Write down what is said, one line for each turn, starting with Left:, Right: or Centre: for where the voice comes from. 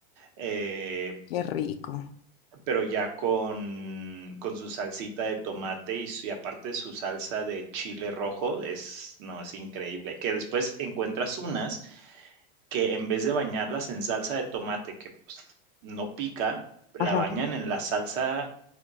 Right: Eh,
Left: Qué rico.
Right: pero ya con, con su salsita de tomate y, su- y aparte su salsa de chile rojo, es, no, es increíble. Que después encuentras unas que en vez de bañarlas en salsa de tomate, que pues, no pica, la
Left: Ajá,
Right: bañan en la salsa